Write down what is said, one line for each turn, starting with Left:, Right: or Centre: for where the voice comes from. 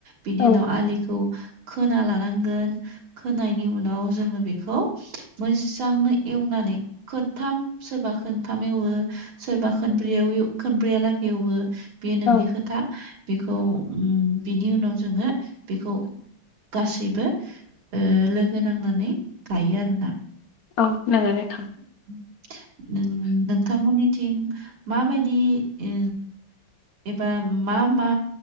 Right: बिनि
Left: औ
Right: उनाव आलिखौ खोना लानांगोन खोनायनि उनाव जोङो बेखौ मोजांनो एवनानै खोनथाम सोरबा खोनथाम एवो सोरबा खोन ब्रैयाव खनब्रैयालागै एवो बेयो नोंनि
Left: औ
Right: खोथा बेखौ उम बिनि उनाव जोङो बेखौ गासैबो ओ लोगो नांनानै गायो आरोना
Left: औ नोंङानो थां
Right: <unintelligible> नों नोंथांमोननिथिं माबायदि आ एबा मा मा